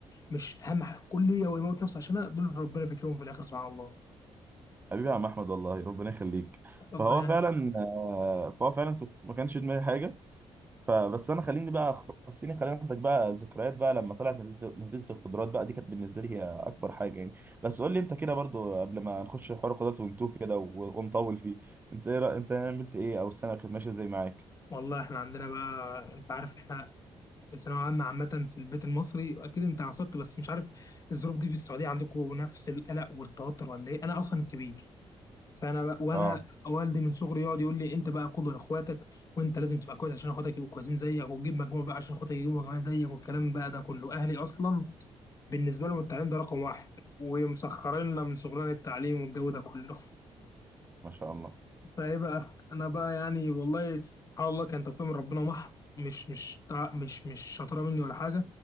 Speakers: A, on the left; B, on the right.
A: ومش اهم حاجه كليه ويموت نفسه عشان دول ربنا بيكرمهم في الاخر سبحان الله
B: حبيبي يا عم احمد والله ربنا يخليك
A: ربنا
B: فهو فعلا آه، فهو فعلا كنت ما كانش في دماغي حاجه فبس انا خليني بقى خليني خليني اخدك بقى ذكريات بقى لما طلعت نتيجه نتيجة القدرات بقى دي كانت بالنسبه لي هي اكبر حاجه يعني بس قول لي انت كده برضو قبل ما نخش حوار القدرات ونتوه كده و- ونطول فيه انت ايه رأ- انت عملت ايه او السنه كانت ماشيه ازاي معاك
A: والله احنا عندنا بقى انت عارف احنا الثانوية عامة عامة في البيت المصري أكيد أنت عصبت بس مش عارف الظروف دي في السعودية عندكم نفس القلق والتوتر ولا إيه؟ أنا أصلا الكبير فأنا بقى وأنا
B: اه
A: والدي من صغري يقعد يقول لي أنت بقى قدوة لإخواتك وأنت لازم تبقى كويس عشان إخواتك يبقوا كويسين زيك وتجيب مجموع بقى عشان إخواتك يجيبوا مجموع زيك والكلام بقى ده كله أهلي أصلا بالنسبة لهم التعليم ده رقم واحد ومسخرين لنا من صغرنا التعليم والجو ده كله
B: ما شاء الله
A: فايه بقى انا بقى يعني والله سبحان الله كان توفيق من ربنا مح مش مش تع- مش مش شاطره مني ولا حاجه